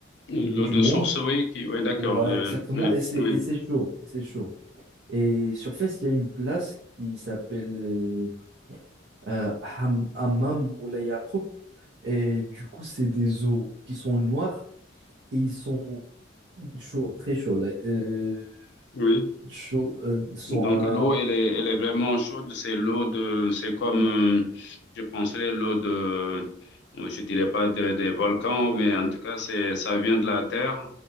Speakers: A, on the left (about 65°); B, on the right (about 70°).
A: L'eau
B: du
A: de
B: monde.
A: source, oui, qui, ouais, d'accord,
B: Ouais,
A: le,
B: exactement.
A: oui,
B: Et c'est,
A: oui,
B: et c'est chaud. Et c'est chaud. Et sur Fès, il y a une place qui s'appelle euh, euh, Ham- Hammam Moulay Yacoub. Et du coup, c'est des eaux qui sont noires et ils sont chauds, très chauds. Les- euh,
A: oui.
B: chauds, euh, sont
A: Donc
B: à
A: l'eau, elle est, elle est vraiment chaude. C'est l'eau de, c'est comme, euh, je penserais l'eau de, euh, je dirais pas de- des volcans, mais en tout cas c'est, ça vient de la terre